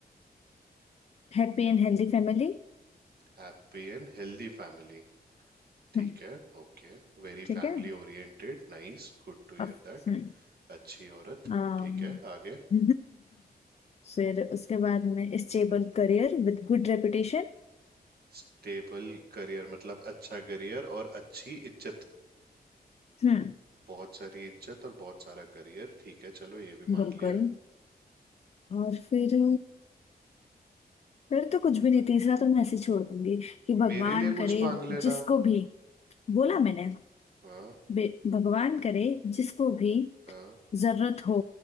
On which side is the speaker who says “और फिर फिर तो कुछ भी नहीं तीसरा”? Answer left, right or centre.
Left